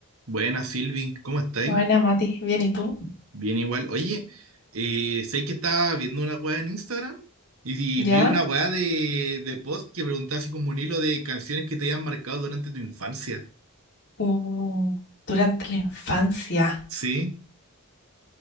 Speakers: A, on the right (about 70°); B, on the left (about 55°).
A: Buenas, Silvi, ¿cómo estáis?
B: Buena, Mati. Bien, ¿y tú?
A: Bien igual. Oye, eh, sé que estaba viendo una weá en Instagram y,
B: ¿Ya?
A: vi una weá de, de post que preguntaba así como un hilo de canciones que te hayan marcado durante tu infancia.
B: Uh, durante la infancia.
A: ¿Sí?